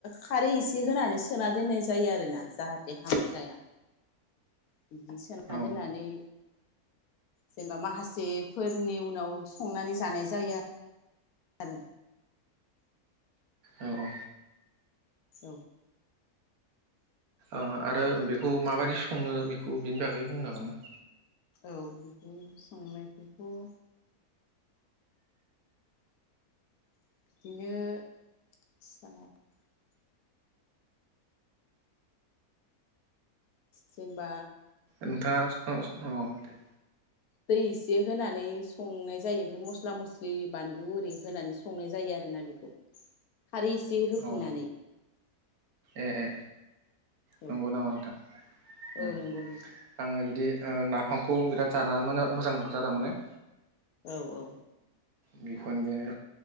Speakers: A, on the left (about 75°); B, on the right (about 75°).
A: खारै एसे होनानै सोना दोननाय जायो आरोना जाहाथे हामा जाया बिदि सोना
B: औ
A: दोननानै जेनेबा माखासेफोरनि उनाव संनानै जानाय जायो आर आरो
B: औ
A: औ
B: ओ आरो बेखौ माबायदि सङो बेखौ बिनि बागै बुंनो हागोन ना?
A: औ बिखौ संनायखौथ' <unintelligible> जेनबा
B: नोंथाङा <unintelligible>
A: दै एसे होनानै संनाय जायो ओमफ्राय मस्ला मस्लि बानलु आरै होनानै संनाय जायो आरोना बेखौ खारै एसे होफिननानै
B: अ ए ए
A: औ
B: नंगौ नामा नोंथां उम
A: औ नंगौ नंगौ।
B: आङो बिदि ओ नाफामखौ बिराद जाना मोना मोजां थारमाने
A: औ औ
B: बेखौनो बे